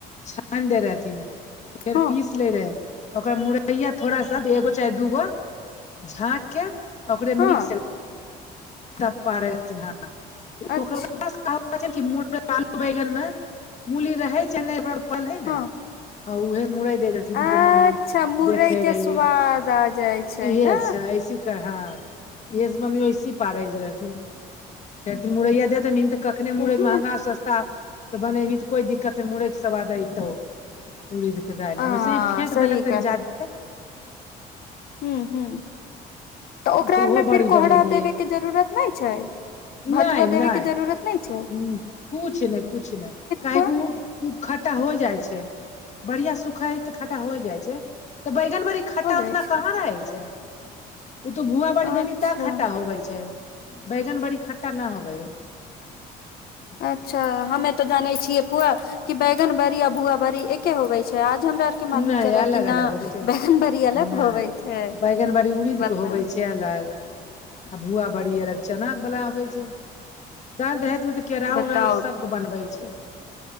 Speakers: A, on the left (about 45°); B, on the left (about 65°).
A: छैन दे रहथिन फेर
B: हँ
A: पीस ले रहे ओकर मुरैया थोड़ा सा एगो चाहे दूगो झाँक के ओकरे
B: हँ
A: मिक्स पथि
B: अच्छा
A: हकर कह छै मू आलू बैगनमे मूली रहै छै नहि ओक पलै
B: हँ
A: ने आ उहे मुड़इैै जगो
B: अच्छा
A: मम्मी
B: मुरई
A: देखे
B: के
A: रहियै
B: स्वाद आ जाइ
A: इहे
B: ने
A: छै ऐसे ह इह मम्मी वैसी पारे रहथिनथिन मुरैया दे दे कखने मुरै
B: एहि
A: मंहगा
B: ने
A: सस्ता तऽ बनेबही तऽ कोइ दिक्कत नहि मुरै के स्वाद अयतौ उड़दके दालमे
B: आ
A: वैसे ही फेँट
B: सही
A: देलक तनि जा्यदे
B: हू हू तऽ ओकरा
A: ओहो
B: आर मे
A: बड़ी
B: फेर
A: बनेलियै
B: कोहरा देबे के जरूरत नहि छैय। भतुआ
A: नहि नहि
B: देबे के जरूरत नहि छैय?
A: ह कुछ नहि कुछ नहि कहे
B: फुआ
A: की ऊ ऊ खट्टा हो जाइ छैय बढ़िया सुखै हय तऽ खट्टा हो जाइ छैय तऽ बैगन बड़ी खट्टा
B: हो जाइ
A: उतना
B: छै
A: कहाँ रहै छैय ओ तो भुआ
B: अच्छा
A: बड़ी दमी तै खट्टा होबे छैय। बैगन बड़ी खट्टा ना होबै। हइ
B: अच छा हमे तो जानै छियै पुआ कि बैगन बड़ी आ भुआ बड़ी एके होबै छैय आज हमरा के मालूम
A: नहि
B: चलल
A: अलग
B: कि नहि
A: अलग होबै छै
B: बैगन बड़ी अलग
A: नहि
B: होवै छैय
A: बैगन बड़ी उड़ीद
B: बताऊ।
A: <unintelligible> आ भुआ बड़ी अलग चना बला होबै छैय दर देहातमे तऽ केराउ
B: बताउ
A: उराउ सबके बनबै छैय।